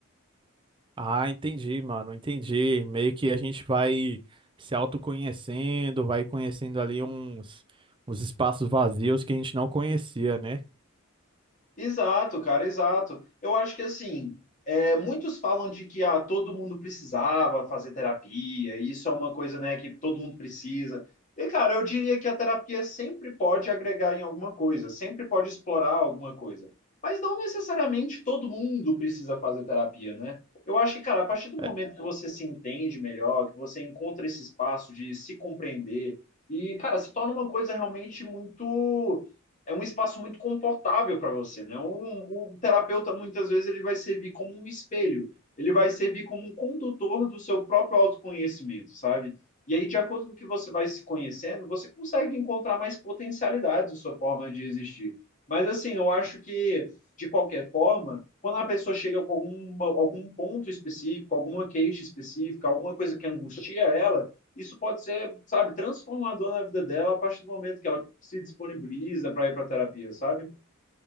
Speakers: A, on the right; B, on the left.
A: Ah, entendi, mano, entendi. Meio que a gente vai se autoconhecendo, vai conhecendo ali uns, uns espaços vazios que a gente não conhecia, né?
B: Exato, cara, exato. Eu acho que assim, é, muitos falam de que ah, todo mundo precisava fazer terapia, e isso é uma coisa, né, que todo mundo precisa. E, cara, eu diria que a terapia sempre pode agregar em alguma coisa, sempre pode explorar alguma coisa. Mas não necessariamente todo mundo precisa fazer terapia, né? Eu acho que, cara, a partir do momento
A: É,
B: que você se entende melhor, que você encontra esse espaço de se compreender, e, cara, se torna uma coisa realmente muito é um espaço muito confortável para você, né? O, o, terapeuta muitas vezes ele vai servir como um espelho, ele vai servir como um condutor do seu próprio autoconhecimento, sabe? E aí, de acordo com o que você vai se conhecendo, você consegue encontrar mais potencialidades da sua forma de existir. Mas assim, eu acho que de qualquer forma, quando a pessoa chega com alguma, algum ponto específico, alguma queixa específica, alguma coisa que angustia ela, isso pode ser, sabe, transformador na vida dela a partir do momento que ela se disponibiliza para ir para terapia, sabe?